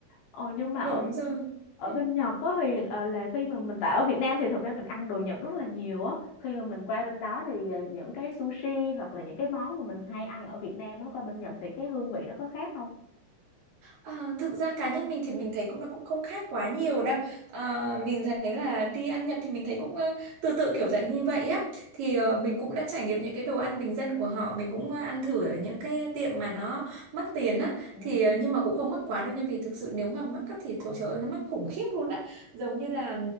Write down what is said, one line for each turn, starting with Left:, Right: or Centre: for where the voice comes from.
Left: Ồ nhưng mà
Right: đúng rồi
Left: ở
Right: Ừ.
Left: bên Nhật có thì ờ, là khi mà mình tại ở Việt Nam thì thực ra mình ăn đồ Nhật rất là nhiều á khi mà mình qua bên đó thì ờ, những cái sushi hoặc là những cái món mà mình hay ăn ở Việt Nam á qua bên Nhật thì cái hương vị nó có khác không
Right: Ờ, thực ra cá nhân mình thì mình thấy cũng nó cũng không khác quá nhiều đâu Ờ, mình thấy là đi ăn Nhật thì mình thấy cũng ờ, tự tự kiểu dạng như vậy á thì ờ, mình cũng đã trải nghiệm những cái đồ ăn bình dân của họ mình cũng ờ, ăn thử ở những cái tiệm mà nó mắc tiền á
Left: Ừ.
Right: thì ờ, nhưng mà cũng không mắc quá đâu nha vì thực sự nếu mà mắc á, thì thôi trời ơi nó mắc khủng khiếp luôn á giống như là